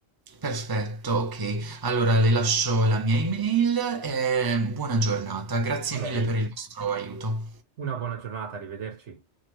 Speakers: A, on the right; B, on the right.
A: Perfetto, ok. Allora le lascio la mia email e buona giornata. Grazie
B: A lei,
A: mille per il vostro aiuto.
B: una buona giornata, arrivederci.